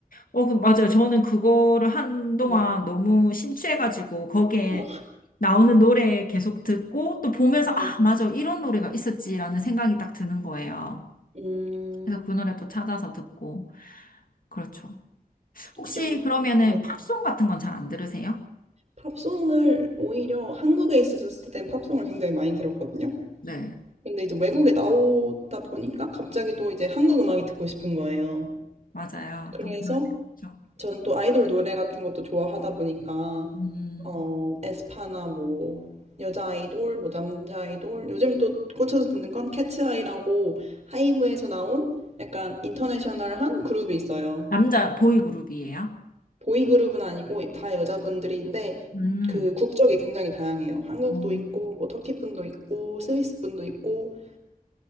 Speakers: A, on the left (about 70°); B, on the right (about 50°).
A: 어, 그- 맞아요. 저는 그거를 한동안
B: 네.
A: 너무 심취해가지고 거기에
B: 아,
A: 나오는 노래 계속 듣고 또 보면서 아,
B: 네.
A: 맞아. 이런 노래가 있었지라는 생각이 딱 드는 거예요.
B: 음,
A: 그래서 그 노래 또 찾아서 듣고. 그렇죠. 혹시
B: 전,
A: 그러면은
B: 네.
A: 팝송 같은 건 잘 안 들으세요?
B: 팝송을 오히려 한국에 있었을 땐 팝송을 굉장히 많이 들었거든요.
A: 네.
B: 근데 이제 외국에 나오다 보니까 갑자기 또 이제 한국 음악이 듣고 싶은 거예요.
A: 맞아요.
B: 그래서
A: 또 그런 게 있죠.
B: 전 또 아이돌 노래 같은 것도 좋아하다 보니까
A: 음,
B: 어, 에스파나 뭐 여자 아이돌, 뭐 남자 아이돌 요즘 또 꽂혀서 듣는 건 캐츠아이라고 하이브에서 나온 약간 인터내셔널한 그룹이 있어요.
A: 남자 보이그룹이에요?
B: 보이그룹은 아니고 다 여자분들인데
A: 음,
B: 그 국적이 굉장히 다양해요. 한국도
A: 어,
B: 있고 뭐 터키 분도 있고 스위스 분도 있고